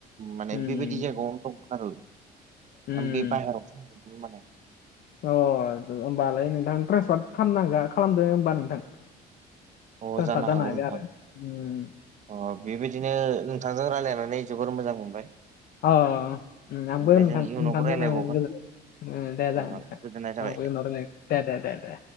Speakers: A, on the right (about 45°); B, on the left (about 60°).
A: माने
B: उम
A: बेबायदि
B: उम
A: जायगायावनो दंमोन आरो।
B: उम।
A: ओम बे बाहेराव <unintelligible> माने
B: अ होमबालाय नोंथां ट्रेसफार खालाम नांगोन खालामदो होमबा नोंथां।
A: अ
B: <inaudible> आरो
A: जानो हागौ नोंथां
B: उम
A: अ बेबायदिनो नोंथांजों रायलायनानै जोबोर मोजां मोनबाय।
B: अ उम
A: ओमफ्राय
B: नोंथां
A: जों
B: नोंथांजो
A: इयुनावबो रायलायबावगोन
B: रायलायनानै गोजोनबाय। उम दे
A: ओ
B: जागोन
A: गोजोननाय थाबाय
B: आंबो‌ उनाव रायलायगोन दे दे दे दे।